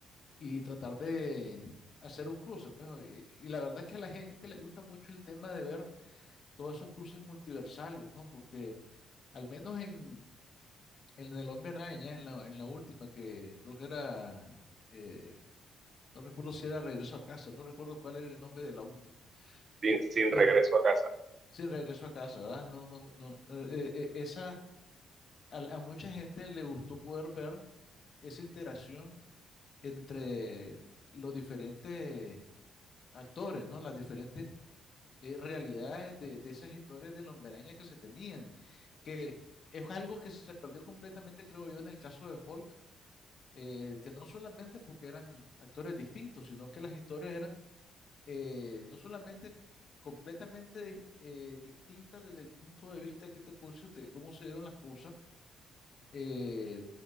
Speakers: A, on the left; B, on the right.
A: y tratar de hacer un cruce. Pues, eh, y la verdad es que a la gente le gusta mucho el tema de ver todos esos cruces multiversales, ¿no? Porque al menos en, en El Hombre Araña, en la, en la última, que creo que era, eh, no recuerdo si era Regreso a Casa, no recuerdo cuál era el nombre de la última.
B: Sin, sin
A: Eh,
B: regreso a casa.
A: sin regreso a casa, ¿verdad? No, no, no. eh, eh, eh, esa al- a, mucha gente le gustó poder ver esa interacción entre los diferentes actores, ¿no? Las diferentes eh, realidades de, de esas historias de Lomberaña que se tenían, que es algo que se perdió completamente, creo yo, en el caso de Hulk, eh, que no solamente porque eran actores distintos, sino que las historias eran eh, no solamente completamente dis- eh, distintas desde el punto de vista que te puedo decir de cómo se dieron las cosas, eh,